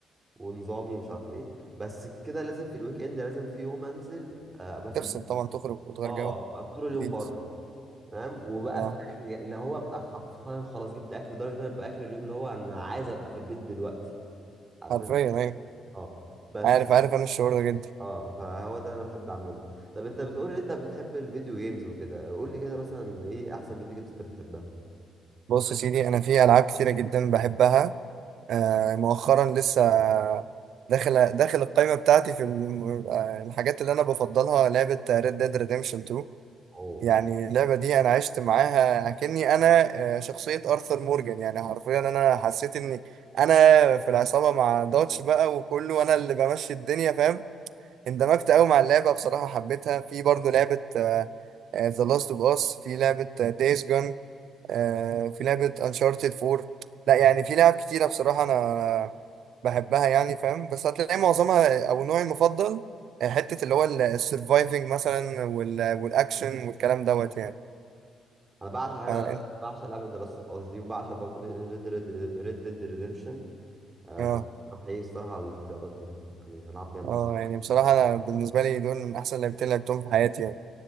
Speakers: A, on the right (about 25°); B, on the right (about 70°).
A: ونظامي ومش عارف ايه بس كده لازم في الويك اند لازم في يوم انزل آه، ابقى في
B: تفصل
A: البيت
B: طبعا تخرج وتغير
A: اه
B: جو
A: ابقى طول اليوم
B: جديد
A: بره تمام وبقى
B: اه
A: في اخر اللي هو ابقى حرفيا خلاص جبت اخر درجه إن انا ابقى اخر اليوم اللي هو انا عايز ابقى في البيت دلوقتي عارف
B: حرفيا
A: انت
B: ايوه
A: اه بس
B: عارف عارف انا الشعور ده جدا
A: اه فهو ده اللي انا بحب اعمله طب انت بتقول ان انت بتحب الفيديو جيمز وكده قول لي كده مثلا ايه احسن فيديو جيمز انت بتحبها
B: بص يا سيدي انا في العاب كتيره جدا بحبها آه، مؤخرا لسه داخل داخل القائمة بتاعتي في الم- آه، الحاجات اللي أنا بفضلها لعبة Red Dead Redemption 2
A: اوه
B: يعني اللعبة دي أنا عشت معاها أكني أنا آه، شخصية أرثر مورجان يعني حرفيا أنا حسيت إني أنا في العصابة مع دوتش بقى وكله وأنا اللي بمشي الدنيا فاهم اندمجت أوي مع اللعبة بصراحة حبيتها في برضه لعبة آه، آه، The Last of Us في لعبة آه، Days Gone آه، في لعبة انشارتد 4 لا يعني في لعب كتيرة بصراحة انا بحبها يعني فاهم بس هتلاقي معظمها او نوعي المفضل آه، حتة اللي هو السرفايفنج مثلا وال- والاكشن والكلام دوت يعني
A: انا بعشق حاجه
B: اه إن-
A: بعشق لعبه ذا لاست اوف اس دي وبعشق برضه ريد ريد ريد ديد ريديمشن فانا
B: اه
A: بحييك الصراحه على الاختيارات دي يعني العاب جامده
B: آه،
A: الصراحة.
B: يعني بصراحة أنا بالنسبة لي دول من أحسن لعبتين لعبتهم في حياتي يعني